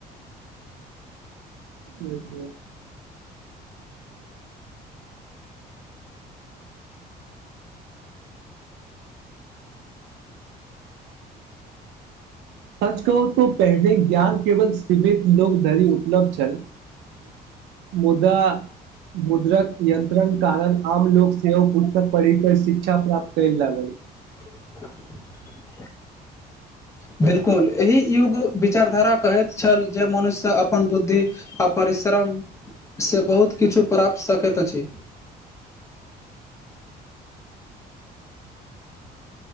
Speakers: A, on the right; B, on the left.
A: हं हं <inaudible> सच कहू तो पहिने ज्ञान केवल सीमित लोक धरि उपलब्ध छल मुदा मुद्रक यन्त्रणक कारण आम लोक सेहो पुस्तक पढ़ि कऽ शिक्षा प्राप्त कय लागल
B: <inaudible> बिल्कुल एहि युग विचारधारा कहैत छल जे मनुष्य अपन बुद्धि आ परिश्रम से बहुत किछु प्राप्त सकैत अछि